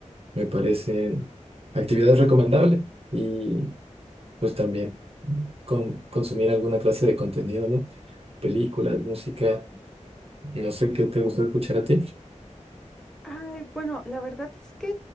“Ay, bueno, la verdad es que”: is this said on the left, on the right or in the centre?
Centre